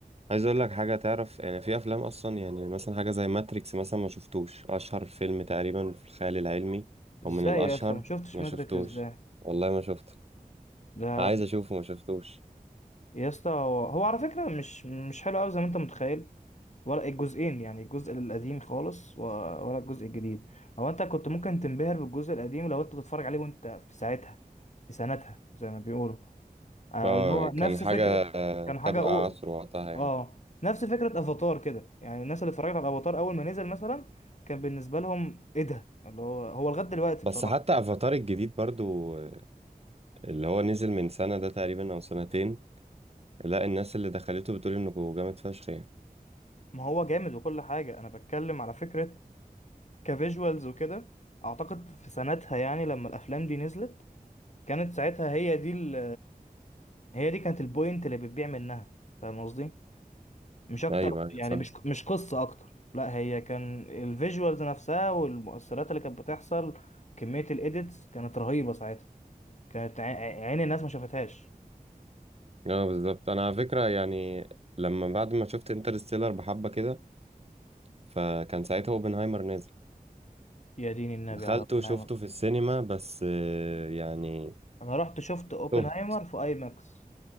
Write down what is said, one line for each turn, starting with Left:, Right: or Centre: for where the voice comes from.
Right: عايز اقول لك حاجه تعرف يعني في افلام اصلا يعني مثلا حاجه زي ماتريكس مثلا ما شفتوش اشهر فيلم تقريبا في الخيال العلمي
Left: ازاي
Right: او من الاشهر
Left: يا اسطى ما شفتش
Right: ما
Left: ماتريكس
Right: شفتوش
Left: ازاي
Right: والله ما شفته
Left: ده
Right: عايز اشوفه ما شفتوش
Left: يا اسطى هو هو على فكره مش مش حلو قوي زي ما انت متخيل ولا الجزئين يعني الجزء القديم خالص و- ولا الجزء الجديد هو انت كنت ممكن تنبهر بالجزء القديم لو انت بتتفرج عليه وانت في ساعتها في سنتها زي ما بيقولوا آه،
Right: اه
Left: اللي هو
Right: كان
Left: نفس
Right: حاجه
Left: فكرة
Right: آه،
Left: كان حاجة
Right: سابقه
Left: أو
Right: عصر وقتها يعني
Left: اه نفس فكرة افاتار كده يعني الناس اللي اتفرجت على افاتار اول ما نزل مثلا كان بالنسبة لهم ايه ده اللي هو هو لغاية دلوقتي
Right: بس
Left: بصراحة
Right: حتى افاتار الجديد برضو آه، اللي هو نزل من سنه ده تقريبا او سنتين لا الناس اللي دخلته بتقول انه جامد فشخ يعني
Left: ما هو جامد وكل حاجة انا بتكلم على فكرة كفيجوالز وكده اعتقد في سنتها يعني لما الافلام دي نزلت كانت ساعتها هي دي ال هي دي كانت البوينت اللي بتبيع منها فاهم قصدي مش اكتر
Right: ايوه ايوه
Left: يعني
Right: فاهم
Left: مش مش قصة اكتر لا هي كان الفيجوالز نفسها والمؤثرات اللي كانت بتحصل وكمية الايديتس كانت رهيبة ساعتها كانت عي- عين الناس ما شافتهاش
Right: اه بالظبط انا على فكره يعني لما بعد ما شفت انترستيلر بحبه كده فكان ساعتها اوبنهايمر نازل
Left: يا دين النبي
Right: دخلت
Left: على اوبنهايمر
Right: وشفته في السينما بس آه، يعني
Left: انا رحت شفت اوبنهايمر
Right: تهت
Left: في اي ماكس